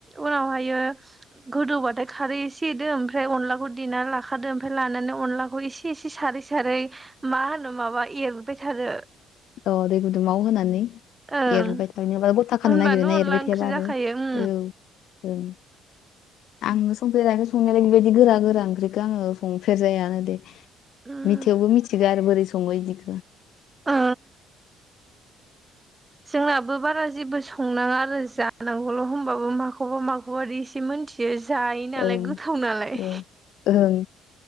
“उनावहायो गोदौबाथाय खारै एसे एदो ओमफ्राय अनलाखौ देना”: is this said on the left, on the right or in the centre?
Right